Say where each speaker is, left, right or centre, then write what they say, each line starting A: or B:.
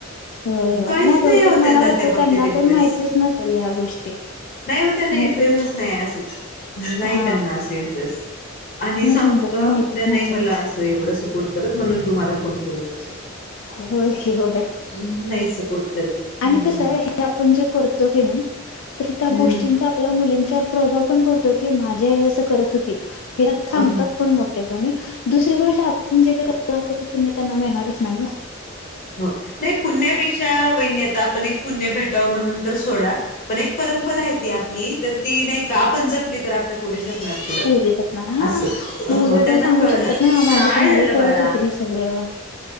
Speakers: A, on the left (about 70°); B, on the left (about 45°).
A: हो हो
B: काहीच
A: नाही बहतेक
B: हो त्यांना
A: मला वाटत
B: त्या बाबतीत
A: त्यांना
B: इंटरेस्ट
A: पण माहितीच नसेल ह्या गोष्टी
B: नाही हो त्यांना
A: माहिती
B: इंटरेस्टच
A: नसे
B: नाही असत नाही
A: ह
B: त्यांना अस इंटरे आणि सांगू
A: म्हटलं
B: का
A: तर माहितीच
B: त्यांना
A: नसेल
B: मला अस एव सपोर्ट कर म्हणून तु कुवी च
A: होय की होय
B: ् नाही सपोर्ट करत हम्म
A: आणि कस आहे हे आपण जे करतो हे ना तर त्या
B: हम्म
A: गोष्टींचा आपल्या मु च्या प्रभाव पण पडतो क माझ अस करत होती हे सांगतात
B: हो
A: पण मोठे आणि दुसरी गोष्ट आपणे त्याच पुण्य त्यांना मिळणारच नाही का
B: हो नाही पुण्यापेक्षा वैन्यता ण एक पुण्य भेटाव म्हणून तर सोडा पण एक परंपरा आहे ती तर ती नाही का आपणजपली तर आपल्या पोरी पुढं
A: पुरी जपणार हा
B: असं
A: मग
B: हो
A: उद्या
B: त्यांना
A: त्या सांगू
B: कळणार
A: शकतात ना
B: काय
A: माझी पण
B: झालं
A: आई
B: बाळा
A: करत होती हे सगळं.